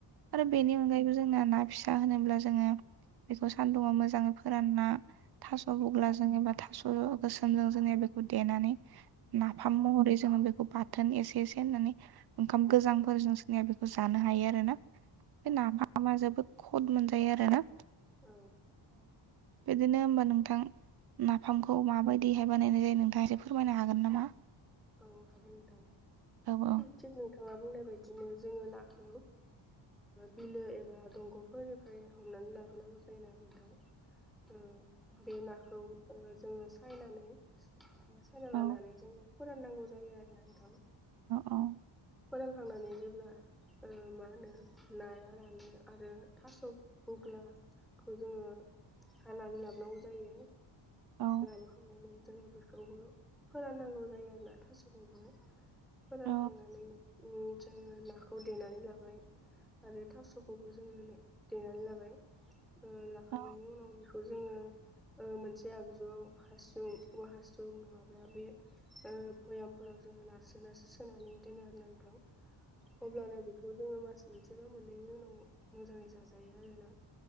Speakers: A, on the right; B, in the centre.
A: आरो बेनि अनगायैबो जों न ना फिसा होनोब्ला जोङो बेखौ सान्दुङाव मोजाङै फोरानना थास' बुग्ला जों एबा थास' गोसोमजों जोंनिया बेखौ देनानै नाफाम महरै जोङो बेखौ बाथोन एसे एसे होननानै ओंखाम गोजांफोरजों सनाया बेखौ खौ जानो हायो आरो ना बे नाफामा जोबोद खद मोनजायो आरो ना
B: औ
A: बिदिनो हबा नोंथां नाफामखौ माबायदिहाय बानायनाय जायो नों गारि फोरमायनो हागोन नामा
B: मावनो हागोन नोंथां
A: औ औ
B: थिग नोंथाङा बुंनाय बदिनो जोङो नाखौ बिलो एबा दंग'फोरनिफ्राय हमनानै लाबोनांगौ जायोना बे दउ बे नाखौ जोङो सायनानै सायना
A: औ
B: लानानै जोङो फोराननांगौ जायो आरो नोंथां
A: अ औ
B: फोरोंखांनानै जेब्ला मा होनो नाया रानो आरो थास' अख्लाखौ जोङो हानानै लाबोनांगौ जायो
A: औ
B: लाबोखांनानै जोङो बेखौबो फोराननांगौ जायो आरोोना थास'बो फोरानखांनानै
A: औ
B: जोङो नाखौ देनानै लाबाय आरो थास'खौबो जोङो देनानै लाबाय लाखांनायनि
A: औ
B: उनाव बे खौ जोङो मोनसे आगजुआव हासुं हासुं नङाब्ला बे भयामफोराव जोङो नारस्रो नारस्रो सोनानै दोनो आर नांथाव अब्लानो बेखौ जोङो मास मोनसेबा मोननैनि उनाव मोजाङै जाजायो आरोना